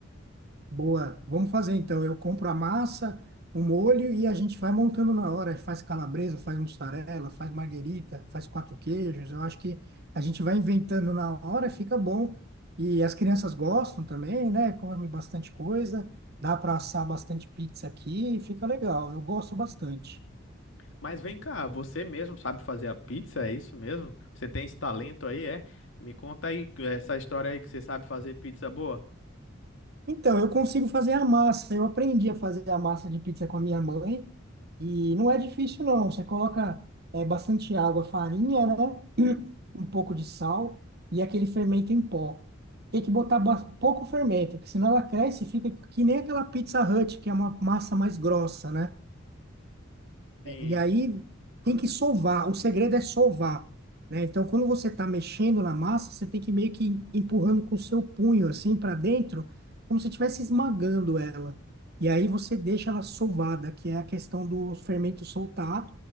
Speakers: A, on the right; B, on the left.
A: Boa, vamos fazer então. Eu compro a massa, o molho e a gente vai montando na hora. Faz calabresa, faz mussarela, faz marguerita, faz quatro queijos. Eu acho que a gente vai inventando na hora, fica bom. E as crianças gostam também, né? Comem bastante coisa, dá para assar bastante pizza aqui, e fica legal. Eu gosto bastante.
B: Mas vem cá, você mesmo sabe fazer a pizza? É isso mesmo? Você tem esse talento aí, é? Me conta aí eh, essa história aí que você sabe fazer pizza boa.
A: Então, eu consigo fazer a massa. Eu aprendi a fazer a massa de pizza com a minha mãe e não é difícil, não. Você coloca é, bastante água, farinha, né? <clears throat> Um pouco de sal e aquele fermento em pó. Tem que botar ba- pouco fermento, porque senão ela cresce e fica que nem aquela Pizza Hut, que é uma massa mais grossa, né?
B: Sim.
A: E aí tem que sovar, o segredo é sovar, né? Então, quando você está mexendo na massa, você tem que meio que empurrando com o seu punho assim para dentro, como se estivesse esmagando ela. E aí você deixa ela sovada, que é a questão do fermento soltar